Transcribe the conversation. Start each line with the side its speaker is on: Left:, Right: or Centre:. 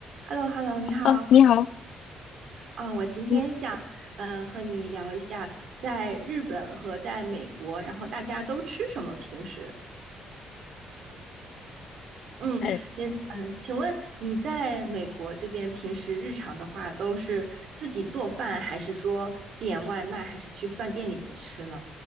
Right: h e l l o h e l l o 你好。
Left: 呃，你好，
Right: 啊、我今天想，
Left: 嗯，
Right: 嗯、和你聊一下在日本和在美国，然后大家都吃什么平时？嗯，
Left: 呃，
Right: 你，嗯、请问你在美国这边平时日常的话，都是自己做饭，还是说点外卖，还是去饭店里面吃呢？